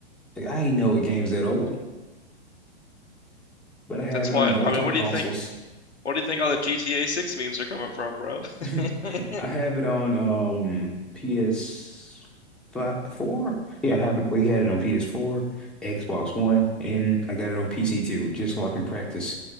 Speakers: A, in the centre; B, on the left.
A: Like, I didn't know a game was that old, but I have
B: That's
A: it
B: why,
A: on multiple
B: I mean, what
A: consoles.
B: do you think? What do you think all the GTA 6 memes are coming from, bro?
A: <laughs>
B: <laughs>
A: I have it on um PS5, four. Yeah, I have it. We had it on PS4, Xbox One, and I got it on PC too, just so I can practice.